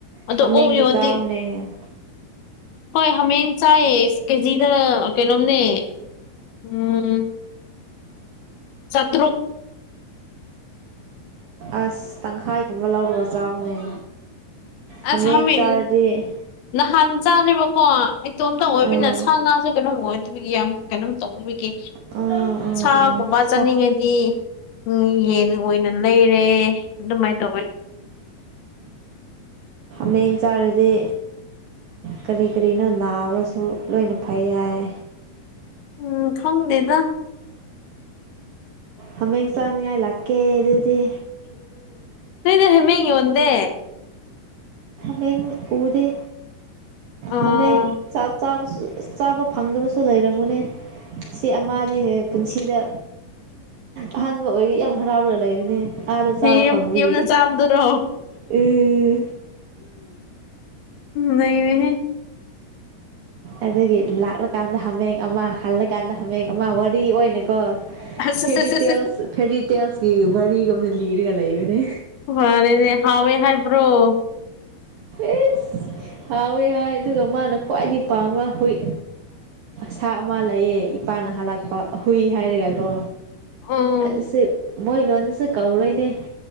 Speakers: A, on the left (about 75°); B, on the right (about 75°).
A: ꯑꯗꯣ
B: ꯍꯥꯃꯦꯡꯗꯤ
A: ꯑꯣ ꯌꯣꯗꯤ
B: ꯆꯥꯎꯅꯦ
A: ꯍꯣꯏ ꯍꯥꯃꯦꯡ ꯆꯥꯏꯌꯦ ꯀꯦꯖꯤꯗ ꯀꯩꯅꯣꯝꯅꯦ ꯎꯝ ꯆꯇ꯭ꯔꯨ
B: ꯑꯁ ꯇꯪꯈꯥꯏꯒꯨꯝꯕ ꯂꯧꯔꯒ ꯆꯥꯎꯅꯦ ꯍꯥꯃꯦꯡ
A: ꯑꯁꯃꯤ
B: ꯆꯥꯔꯗꯤ
A: ꯅꯍꯥꯟ ꯆꯥꯗꯦꯕꯀꯣ ꯑꯩꯇꯣꯝꯇ ꯑꯣꯏꯕꯅ
B: ꯑꯥ
A: ꯁꯥ ꯉꯥꯁꯨ ꯀꯩꯅꯣꯝ ꯑꯣꯏꯗꯒꯤ ꯌꯥꯝ ꯀꯩꯅꯣꯝ ꯇꯧꯗꯒꯤ
B: ꯑꯥ ꯑꯥ
A: ꯁꯥꯒꯨꯝꯕ
B: ꯑꯥ ꯁꯥ
A: ꯆꯠꯅꯤꯡꯉꯗꯤ ꯎꯝ ꯌꯦꯟ ꯑꯣꯏꯅ ꯂꯩꯔꯦ ꯑꯗꯨꯃꯥꯏ ꯇꯧꯋꯦ
B: ꯃꯌꯦꯡ ꯆꯥꯔꯗꯤ ꯀꯔꯤ ꯀꯔꯤꯅꯣ ꯅꯥꯕꯁꯨ ꯂꯣꯏꯅ ꯐꯩ ꯍꯥꯏ
A: ꯎꯝ ꯊꯪꯗꯦꯗ
B: ꯍꯃꯦ ꯆꯥꯗꯤꯉ ꯂꯀꯦꯗꯤ
A: ꯅꯣꯏꯗ ꯍꯩꯃꯦꯡ ꯌꯣꯟꯗꯦ
B: ꯃꯦ ꯎꯗ
A: ꯑꯣ
B: ꯍꯥꯃꯦꯡꯥꯁꯨ ꯆꯥꯕ ꯐꯪꯗꯕꯁꯨ ꯂꯩꯔꯝꯒꯅꯤ ꯁꯤ ꯑꯃꯍꯦꯛ ꯄꯨꯟꯁꯤꯗ ꯑꯍꯥꯟꯕ ꯑꯣꯏꯕ ꯌꯥꯝ ꯍꯔꯥꯎꯔꯒ ꯂꯩꯕꯅꯦ ꯑꯥꯗ ꯆꯥꯕ
A: ꯌꯨꯝ
B: ꯐꯪꯕꯒꯤ
A: ꯌꯨꯝꯗ ꯆꯥꯕꯗꯨꯔꯣ
B: ꯎꯝ
A: ꯅꯅꯦ
B: ꯑꯗꯨꯗꯒꯤ ꯂꯥꯛꯂꯀꯥꯟꯗ ꯍꯥꯃꯦꯡ ꯑꯃ ꯍꯜꯂꯀꯥꯟꯗ ꯍꯥꯃꯦꯡ ꯑꯃ ꯋꯥꯔꯤ ꯑꯣꯏꯅꯀꯣ
A: ꯑꯁ
B: ꯐꯦꯔꯤꯇꯦꯜꯁ
A: ꯑꯁ ꯑꯁ ꯑꯁ
B: ꯐꯦꯔꯤꯇꯦꯜꯁꯀꯤ ꯋꯥꯔꯤꯒꯨꯝꯗ ꯂꯤꯔꯒ ꯂꯩꯕꯅꯦ
A: ꯐꯔꯦꯅꯦ ꯍꯥꯎꯋꯦ ꯍꯥꯏꯕ꯭ꯔꯣ
B: ꯑꯦꯁ ꯍꯥꯎꯋꯦ ꯍꯥꯏ ꯑꯗꯨꯒ ꯃꯥꯅ ꯈ꯭ꯋꯥꯏꯗꯒꯤ ꯄꯥꯝꯕ ꯍꯣꯏ ꯁꯥ ꯑꯃ ꯂꯩꯌꯦ ꯄꯥꯥꯟ ꯅꯍꯂꯥꯛꯄ ꯍꯨꯏ ꯍꯥꯏꯔꯒꯀꯣ
A: ꯑꯣ
B: ꯑꯗꯤꯁꯨ ꯃꯣꯏ ꯂꯗꯁꯨ ꯀꯧꯔꯣꯏꯅꯦ